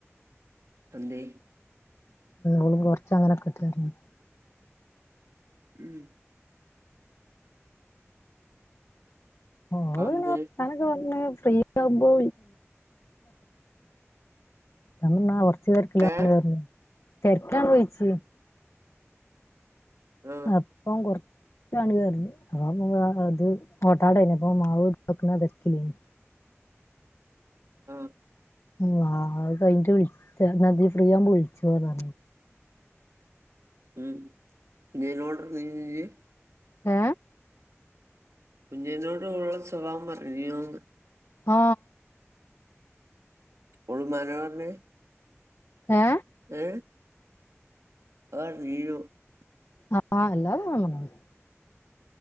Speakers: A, on the right; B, on the left.
A: എന്തേ?
B: ഓൾ കുറച്ചങ്ങനെ കേട്ടിരുന്നു
A: ഉം
B: ഓള്
A: അന്തേ
B: പിന്നെ വർത്താനം ഒക്കെ പറഞ്ഞു ഫ്രീ ആവുമ്പോ നമ്മ <unintelligible> <inaudible> അ തിരക്കാണ്
A: ഏഹ്
B: വിളിച്ചാൽ <unintelligible>
A: ആഹ്
B: അപ്പം കൊറച്ച് താണ് പറഞ്ഞു അപ്പൊ അത് ഓട്ടാടന അപ്പൊ മാവ് നോക്കുന്ന തിരക്കിലാണ്
A: ആ.
B: ഉ കഴിഞ്ഞട്ട് വിളിച്ച മതി ന്നാ ഫ്രീ ആവുമ്പോ വിളിചോ നീ
A: ഉം <unintelligible> <unintelligible>
B: ഏ
A: കുഞ്ഞിനോട് ഓൾടെ സ്വഭാവം പറഞ്ഞോന്ന്
B: ആ
A: ഒരുഴ <unintelligible> <unintelligible>
B: ഏ?
A: ഏ? ആ നീരു <unintelligible>
B: ആ അല്ലാതെ നങ്ങ <inaudible> <unintelligible>